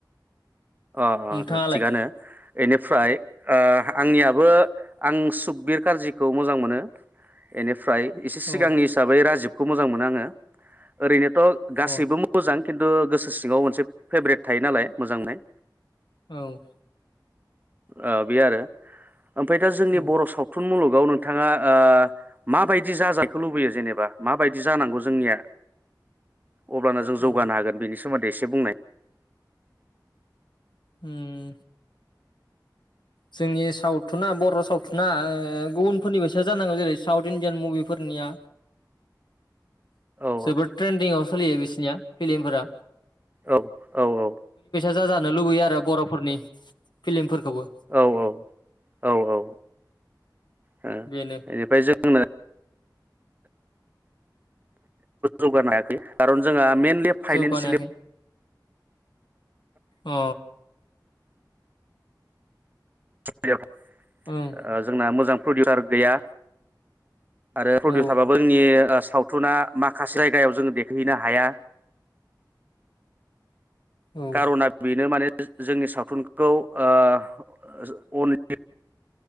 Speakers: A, on the right; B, on the left.
A: अ अ
B: नोंथाङालाय
A: र थिगानो। ऐनिफ्राय ओ आंनियाबो आं सुकबिर कारजिखौ मोजां मोनो ऐनिफ्राय एसे सिगांनि
B: औ
A: हिसाबै राजिब खौ मोजां मोनाआङो ओरैनो थ गाससिबो
B: औ
A: मोजां खिन्थु गोसो सिङाव मोनसे फेब्रट थायो नालाय मोजां मोननाय।
B: औ
A: ओ बे आरो ओमफ्राय दा जोंनि
B: औ
A: बर' सावथुन मुलुगाव नों नोंथाङा ओ माबायदि जाजाखौ लुबैयो जेनेबा माबायदि जानांगौ जोंनिया अब्लानो जों जौगानो
B: अ
A: हागोन बेनि सोमोन्दै एसे बुंनाय
B: उम जोंनि सावथुना बर' सावथुना ओ गुबुनफोरनिबायसा जानांगौ जेरै साउथ इण्डियान मुभिफोरनिया
A: औ
B: जोबोद ट्रेन्दिं आव सोलियो बिसनिया फिलिमफोरा
A: औ औ औ
B: जा जानो लुबैयो आरो बर'फोरनि फिलिमफोरखौबो
A: औ औ औ औ ओ बेनिफ्राय
B: बेनो
A: जोंनो जौगानो हायाखै खारन जोंहा मेइेनलि फाइनन्सियेलि
B: जौगानायाखै अ
A: <unintelligible> ओ
B: ओं
A: जोंना मोजां प्रडिउटार गैया। आरो प्रडिउ
B: औ
A: थाबाबो नि ओ सावथुना माखासे जायगायाव जोङो देखहहैनो हाया।
B: औ
A: कारना बेनो माने जोंनि सावथुनखौ ओ अन